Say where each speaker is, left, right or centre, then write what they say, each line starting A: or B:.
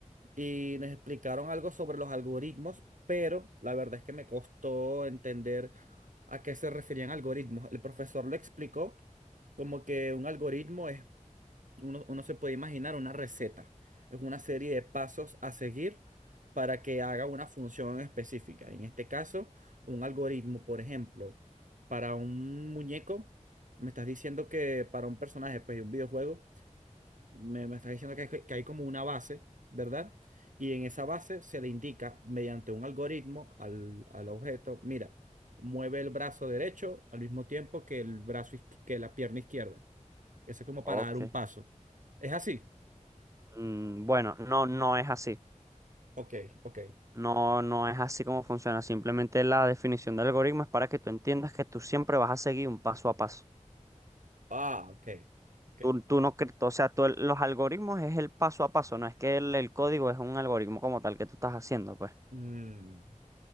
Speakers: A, on the right (about 80°); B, on the right (about 25°).
A: y nos explicaron algo sobre los algoritmos, pero la verdad es que me costó entender a qué se referían algoritmos. El profesor lo explicó como que un algoritmo es uno, uno se puede imaginar una receta. Es una serie de pasos a seguir para que haga una función específica. En este caso, un algoritmo, por ejemplo, para un muñeco, me estás diciendo que para un personaje, pues, de un videojuego, me, me estás diciendo que, hay- que hay como una base, ¿verdad? Y en esa base se le indica mediante un algoritmo al, al objeto, mira, mueve el brazo derecho al mismo tiempo que el brazo, izqui- que la pierna izquierda. Eso es como para
B: Ok.
A: dar un paso. ¿Es así?
B: Mm, bueno, no, no es así.
A: Ok, ok.
B: No, no es así como funciona. Simplemente la definición de algoritmo es para que tú entiendas que tú siempre vas a seguir un paso a paso.
A: Ah, ok, ok.
B: Tú, tú no, cre- o sea, tú el- los algoritmos es el paso a paso, no es que el, el código es un algoritmo como tal que tú estás haciendo, pues.
A: Mm,